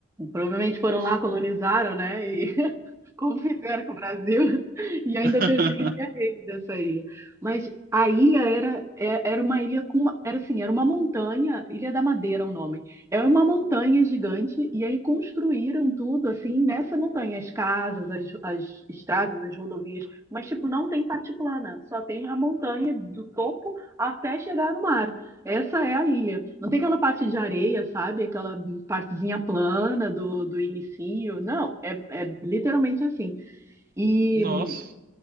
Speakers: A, on the right; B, on the right.
A: Provavelmente
B: Nossa.
A: foram lá, colonizaram, né? como fizeram com o Brasil, <laughs> e ainda
B: <laughs>
A: pertence a eles essa ilha. Mas a ilha era, é- era uma ilha com uma, era assim, era uma montanha, Ilha da Madeira é o nome. É uma montanha gigante, e aí construíram tudo assim nessa montanha, as casas, as, as estradas, as rodovias, mas tipo, não tem parte plana, só tem a montanha do topo até chegar no mar. Essa é a ilha. Não tem aquela parte de areia, sabe? Aquela partezinha plana do, do inicio. Não, é, é literalmente assim. E,
B: Nossa.